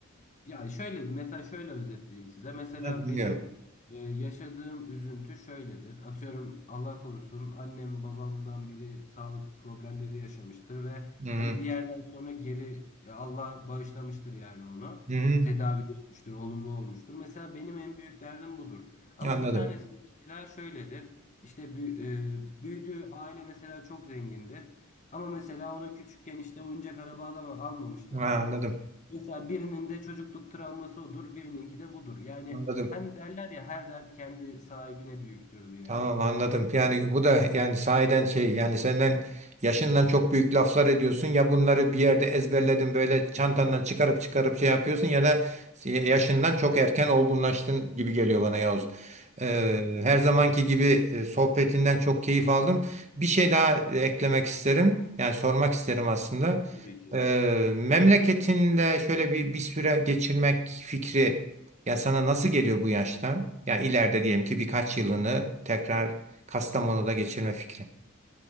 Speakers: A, on the left (about 35°); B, on the right (about 35°).
A: ya şöyle mesela şöyle özetleyeyim size. Mesela
B: Ben bilmiyorum.
A: benim e, yaşadığım üzüntü şöyledir. Atıyorum Allah korusun annem babamdan biri sağlık problemleri yaşamıştır ve
B: Hı hı.
A: hani bir yerden sonra geri ya Allah bağışlamıştır yani onu.
B: Hı hı.
A: Tedavi olmuştur, olumlu olmuştur. Mesela benim en büyük derdim budur. Ama
B: Anladım.
A: bir tanesi de mesela şöyledir. İşte bü- e, büyüdüğü aile mesela çok zengindir. Ama mesela ona küçükken işte oyuncak araba alama, almamışlardır.
B: Ha, anladım.
A: Mesela birinin de çocukluk travması odur, birininki de budur. Yani
B: Anladım.
A: hem derler ya her dert kendi sahibine büyüktür diye.
B: Tamam anladım. Yani bu da yani sahiden şey yani senden yaşından çok büyük laflar ediyorsun ya bunları bir yerde ezberledin böyle çantandan çıkarıp çıkarıp şey yapıyorsun ya da yaşından çok erken olgunlaştın gibi geliyor bana Yavuz. Ee, her zamanki gibi e, sohbetinden çok keyif aldım. Bir şey daha eklemek isterim. Yani sormak isterim aslında.
A: Tabii ki.
B: Ee, memleketinde şöyle bir bir süre geçirmek fikri ya sana nasıl geliyor bu yaşta? Yani ileride diyelim ki birkaç yılını tekrar Kastamonu'da geçirme fikri.